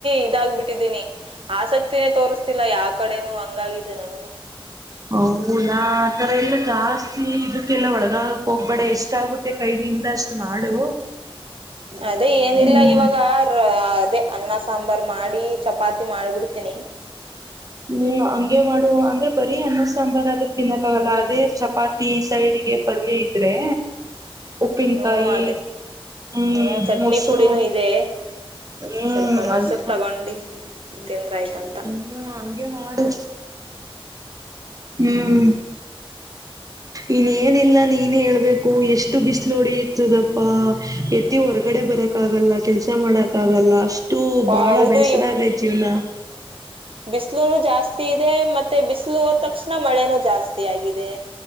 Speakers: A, on the right; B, on the right.
A: ಇದಾಗಬಿಟ್ಟ ಕೊಟ್ಟಿದ್ದೀನಿ ಆಸಕ್ತಿನೇ ತೋರಿಸ್ತಿಲ್ಲ ಯಾವ ಕಡೆನೂ ಹಂಗಾಗಿದೆ ನನ್ಗೂ
B: ಹೌದಾ ಆಥರ ಎಲ್ಲ ಜಾಸ್ತಿ ಇದಕ್ಕೆಲ್ಲ ಒಳಗ ಹೋಗ್ಬೇಡ ಎಷ್ಟು ಎಷ್ಟಾಗುತ್ತೆ ಕೈದಿಂದ ಅಷ್ಟು ಮಾಡು
A: ಅದೇ ಏನಿಲ್ಲ
B: ಹ್ಮ್
A: ಇವಾಗ ಅದೇ ಅನ್ನ ಸಾಂಬಾರ್ ಮಾಡಿ ಚಪಾತಿ ಮಾಡ್ಬಿಡ್ತೀನಿ
B: ಹ್ಮ್ ಹಂಗಗೆ ಮಾಡು ಅಂದ್ರೆ ಬರೀ ಅ್ಣ ಸಾಂಬಾರ್ ಆದ್ರೂ ತಿನ್ನಕ್ಕಾಗಲ್ಲ ಅದೇ ಚಪಾತಿ ಸೈಡ್ ಹಗೆ ಪಲ್ ಇದ್ರೆ ಉಪ್ಪಿನಕಾಯಿ
A: ಹ್ಮ ಅದೇ
B: ಹ್ಮ್
A: ಹ್ಮ ಚಟ್ನಿ
B: ಮೊಸರು
A: ಪುಡಿನೂ ಇದೆ
B: ಹ್ಮ್
A: ಸ್ವಲ್ಪ ಮೊಸರು
B: ಅದು
A: ತಗೊಂಡು ತಂದ್ರ ಆಯ್ತಂತ
B: ಹ್ಮ್ ಹಂಗೆ ಮಾಡು ಹ್ಮ್ ಇನ್ೇನಿಲ್ಲ ನೀನೇ ಹೇಳ್ಬೇಕು ಎಷ್ಟ ಎಷ್ಟು ಬಿಸಿಲೋಡಿ ಇರ್ತದಪ್ಪ ಎತ್ತಿ ಹೊರ್ಗಡೆ ಬರಕ ಆಗಲ್ಲ ಕೆಲ್ಸ ಮಾಡಕ್ ಆಗಲ್ಲ ಅಷ್ಟು
A: ಹ
B: ಬಾಳ
A: ಹೌದು
B: ಬೇಸರಾಗೈತ್ ಜೀವ್ನ
A: ಬಿಸಲುನು ಜಾಸ್ತಿ ಇದೆ ಮತ್ತೆ ಬಿಸಲು ಹೋದ ತಕ್ಷಣ ಮಳೆನ ಜಾಸ್ತಿ ಆಗಿದೆ